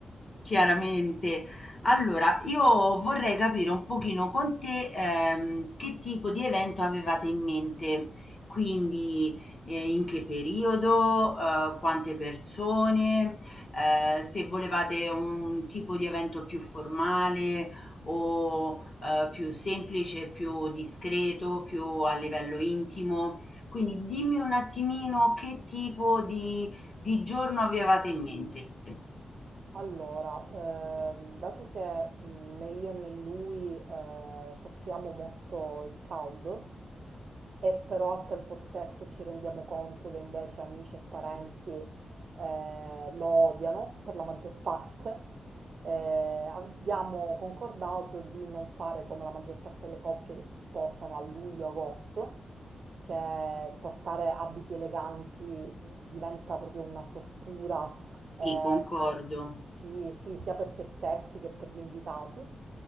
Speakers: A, on the left; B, on the right.
A: Chiaramente. Allora, io vorrei capire un pochino con te ehm, che tipo di evento avevate in mente, quindi eh, in che periodo, eh, quante persone, eh, se volevate un tipo di evento più formale o eh, più semplice, più discreto, più a livello intimo. Quindi dimmi un attimino che tipo di di giorno avevate in mente.
B: Allora, ehm, dato che mh, né io né lui eh, soffriamo molto il caldo, e però al tempo stesso ci rendiamo conto che invece amici e parenti eh, lo odiano per la maggior parte, eh, abbiamo concordato di non fare come la maggior parte delle coppie che si sposano a luglio-agosto, che portare abiti eleganti diventa proprio una tortura eh,
A: Sì, concordo.
B: sì, sì, sia per se stessi che per gli invitati